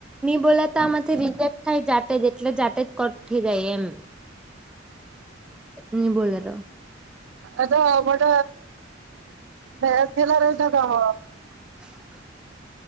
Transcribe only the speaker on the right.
એ તો મોટ એથીલા ર એ તો કામ